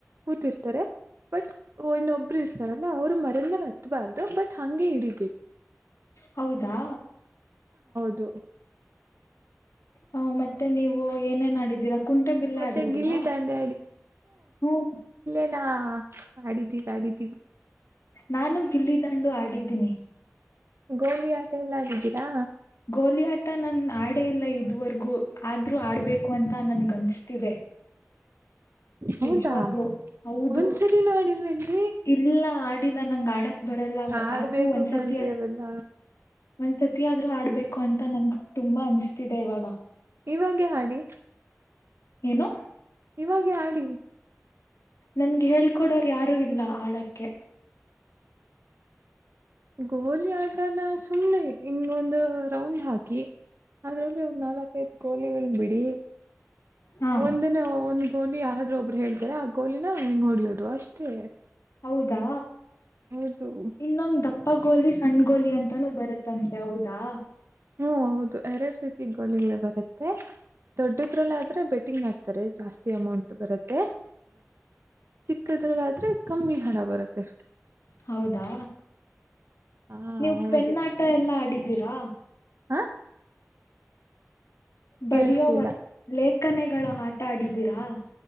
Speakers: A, on the right; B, on the left.
A: ಕೂತಿರ್ತಾರೆ ಬಟ್ ಇನ್ನೊಬ್ರು ಇರ್ತಾರ ಅಂದ ಅವ್ರು ಮರದ ಮೇಲೆ ಹತ್ತಬಾರ್ದು ಬಟ್ ಹಂಗೆ ಹಿಡೀಬೇಕು
B: ಹೌದಾ
A: ದು
B: ಹ ಮತ್ತೆ ಮತ್ತೆ ನೀವು ಏನೇನ್ ಆಡಿದ್ದೀರಾ ಕುಂಟೆ ಬಿಲ್ಲೆ
A: ಮತ್ತೆ
B: ಆಡಿದ್ದೀರಾ
A: ಗಿಲ್ಲಿ ದಾಂಡೆ
B: ಹ
A: ಲ್ಲಾ ಆಡಿದ್ದೀವಿ ಆಡಿದ್ದೀವಿ
B: ನಾನು ಗಿಲ್ಲಿದಂಡು ಆಡಿದ್ದೀನಿ
A: ಗೋಲಿ ಆಟ ಎಲ್ಲ ಆಡಿದ್ದೀರಾ
B: ಗೋಲಿ ಆಟ ನನ್ ಆಡೇ ಇಲ್ಲ ಇದುವರೆಗೂ ಆದ್ರೂ ಆಡ್ಬೇಕು ಅಂತ ಅಂತ ನನ್ಗ ಅನ್ಸ್ತಿದೆ
A: ಹೌದಾ
B: ನಿಜವಾಗ್ಲು ಹೌದು
A: ಒಂದ್ಸರಿನೂ ಆಡಿಲ್ವೇನ್ರಿ
B: ಇಲ್ಲ ಆಡಿಲ್ಲ ನಂಗ ಆಡ ಬರಲ್ಲ
A: ಆಡ್ಬೇಕು
B: ಆದ್ರೂ ಒಂದ್ಸತಿ
A: ಕಣ್ರಿ ಅವೆಲ್ಲ
B: ಒಂದ್ಸತಿ ಆದ್ರೂ ಆಡ್ಬೇಕು ಅಂತ ನಂಗ ತುಂಬಾ ಅನ್ಸ್ತಿದೆ ಇವಾಗ
A: ಇವಾಗೆ ಆಡಿ
B: ಏನು
A: ಇವಾಗೆ ಆಡಿ
B: ನನ್ಗೆ ಹೇಳ್ಕೊಡೋರು
A: ಇವ
B: ಯಾರು ಇಲ್ಲ ಆಡಕ್ಕೆ
A: ಗೋಲಿ ಆಟಾನ ಸುಮ್ನೆ ಹಿಂಗೊಂದು ರೌಂಡ್ ಹಾಕಿ ಅದ್ರಲ್ಲಿ ಒಂದ್ ನಾಲ್ಕೈದ ಗೋಲಿಗಳು ಬಿಡಿ
B: ಹಾ
A: ಒಂದಿನ ಒಂದ್ ಗೋಲಿ ಯಾರಾದ್ರೂ ಒಬ್ರು ಹೇಳ್ತಾರ ಆ ಗೋಲಿನ ಹಿಂಗ್ ಹೊಡಿಯೋದು ಅಷ್ಟೇ
B: ಹೌದಾ
A: ಹೌದು
B: ಇನ್ನೊಂದ ದಪ್ಪ ದಪ್ಪ ಗೋಲಿ ಸಣ್ ಗೋಲಿ ಅಂತಾನೂ ಬರುತ್ತಂತೆ ಹೌದಾ
A: ಹ್ಮ ಹೌದು ಎರಡು ರೀತಿ ಗೋಲಿಗಳ್ ಬರುತ್ತೆ ದೊಡ್ಡದ್ರಲ್ಲ ಆದ್ರೆ ಬೆಟ್ಟಿಂಗ್ ಮಾಡ್ತಾರೆ ಜಾಸ್ತಿ ಅಮೌಂಟ್ ಬರುತ್ತೆ ಚಿಕ್ಕದ್ರಲ್ಲಾಾದೆ ಕಮ್ಮಿ ಹಣ ಬರುತ್ತೆ
B: ಹೌದಾ
A: ಹಾ
B: ನೀವು
A: ಹೌದು
B: ಪೆನ್ನಾಟ ಎಲ್ಲಾ ಆಡಿದ್ದೀರಾ
A: ಹಾ
B: ಬರಿೋವ
A: ಕೇಳಿಸ್ಲಿಲ್ಲ
B: ಲೇಖನೆಗಳ ಆಟ ಆಡಿದೀರಾ